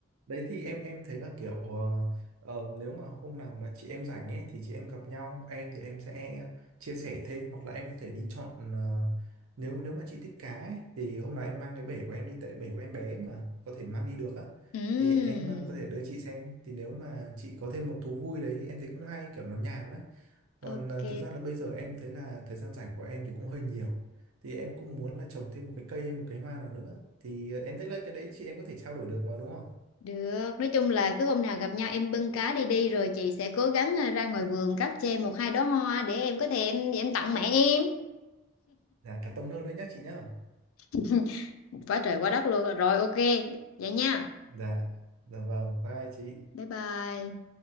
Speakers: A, on the right; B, on the left.
A: đấy thì em em thấy là kiểu ờ, ờ, nếu mà hôm nào mà chị em rảnh ấy thì chị em gặp nhau em thì em sẽ chia sẻ thêm hoặc là em có thể đi chọn ờ, nếu nếu mà chị thích cá ấy, thì hôm nào em mang cái bể của em đi tại bể của em bé mà có thể mang đi được á
B: Ừm,
A: thì em ờ, có thể đưa chị xem thì nếu mà chị có thêm một thú vui đấy em thấy cũng hay kiểu nó nhàn á Còn
B: ok
A: à, thực ra là bây giờ em thấy là thời gian rảnh của em thì cũng hơi nhiều. Thì em cũng muốn là trồng thêm một cái cây hay một cái hoa nào nữa. Thì à, em thấy là cái đấy chị em có thể trao đổi được mà đúng không?
B: Được, nói chung là cứ hôm nào gặp nhau em bưng cá đi đi rồi chị sẽ cố gắng à, ra ngoài vườn cắt chê một hai đóa hoa để em có thể em em tặng mẹ em.
A: Dạ, cả tông nơ đấy nhá chị nhá.
B: <laughs> Quá trời quá đất luôn. Rồi ok, vậy nha.
A: Dạ, dạ vâng, bye bye chị.
B: Bye bye.